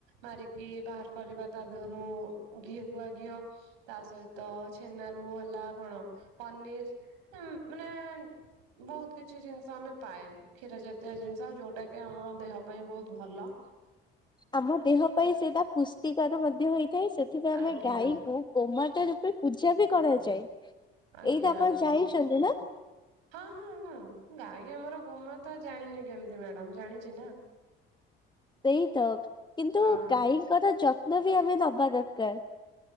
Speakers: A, on the right; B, on the left.
A: ମାରିକି ବାହାର କରିବା ତା ଦେହରୁ। ଘି ଗୁଆ ଘିଅ। ତା ସହିତ ଛେନାରୁ ହେଲା କଣ ପନିର୍। ମାନେ ବହୁତ କିଛି ଜିନିଷ ଆମେ ପାଏ। କ୍ଷୀର ଜାତୀୟ ଜିନିଷ ଯୋଉଟା କି ଆମ ଦେହ ପାଇଁ ବହୁତ ଭଲ।
B: ଆମ ଦେହ ପାଇଁ ସେଇଟା ପୁଷ୍ଟିକାର ମଧ୍ୟ ହେଇଥାଏ। ସେଥିପାଇଁ ଆମେ
A: ଆଜ୍ଞା
B: ଗାଈଙ୍କୁ ଗୋମାତା ରୂପେ ପୂଜା ବି କରାଯାଏ।
A: ଆଜ୍ଞା
B: ଏଇଟା ଆପଣ
A: ଆଜ୍ଞା।
B: ଜାଣିଛନ୍ତି ନା
A: ହଁ ହଁ ହଁ ଗାଈ ଆମର ଗୋମାତା ଜାଣିନି କେମିତି ମ୍ୟାଡମ୍ ଜାଣିଛି ନା।
B: ସେଇ ତ କିନ୍ତୁ
A: ହଁ
B: ଗାଈଙ୍କର ଯତ୍ନ ବି ଆମେ ନବା ଦରକାର।